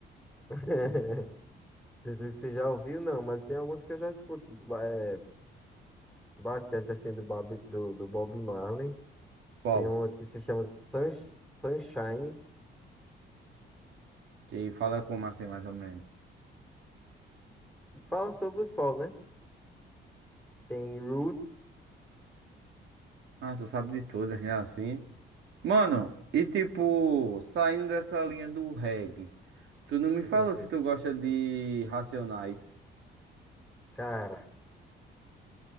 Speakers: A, in the centre; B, on the right.
A: <laughs> Não sei se Você já ouviu? Não, mas tem alguns que eu já escuto é, bastante assim do Bob, do, do Bob Marley.
B: Qual?
A: Tem uma que se chama Sun, Sunshine,
B: Que fala como assim, mais ou menos?
A: que fala sobre o sol, né? Tem Roots,
B: Ah, tu sabe de todas, né, assim? Mano, e tipo, saindo dessa linha do reggae, tu não me
A: com
B: falou
A: certeza.
B: se tu gosta de Racionais.
A: Cara,